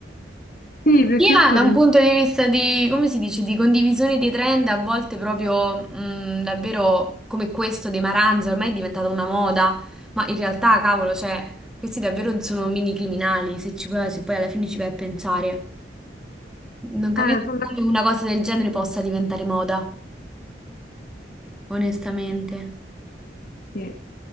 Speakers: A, on the left (about 50°); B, in the centre.
A: Sì, più
B: Sia
A: che altro
B: da
A: l'im-
B: un punto di vista di, come si dice, di condivisione dei trend, a volte proprio mh, davvero come questo dei Maranza, ormai è diventata una moda, ma in realtà, cavolo, cioè, questi davvero sono mini criminali, se ci poi- se poi alla fine ci vai a pensare. Non capisco
A: eh, sono d'accordo,
B: come una cosa del genere possa diventare moda, onestamente.
A: sì.